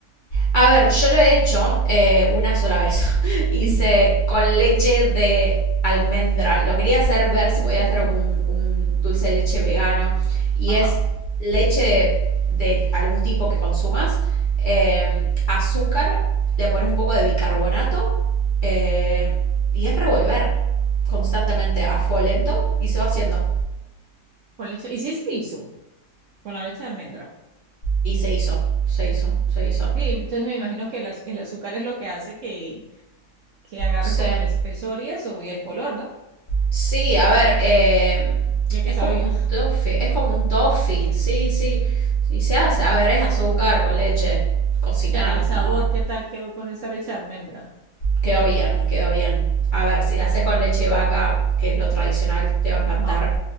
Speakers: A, on the left; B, on the right.
A: A ver, yo lo he hecho eh, una sola vez. <laughs> Hice
B: <laughs> Co-
A: con leche de almendra. Lo quería hacer ver si podía hacer como un, un dulce de leche vegano. Y
B: Ajá,
A: es leche de, de algún tipo que consumas, eh, azúcar, le pones un poco de bicarbonato eh, y es revolver constantemente a fuego lento y se va haciendo.
B: con leche. Y sí se hizo, con la leche de almendra.
A: Y se hizo, se hizo, se hizo.
B: Sí, entonces me imagino que el, az- el azúcar es lo que hace que, que agarre
A: Sí.
B: como el espesor y eso, y el color, ¿no?
A: Sí, a ver, eh,
B: Ya que
A: es
B: sabía.
A: como un toffee, es como un toffee, sí, sí, sí se hace, a ver, es azúcar con leche
B: <laughs>
A: cocinada,
B: Pero el sabor,
A: ¿no?
B: ¿qué tal quedó con esa leche de almendra?
A: Quedó bien, quedó bien. A ver, si la haces con leche de vaca, que es lo tradicional, te va a encantar.
B: Ajá.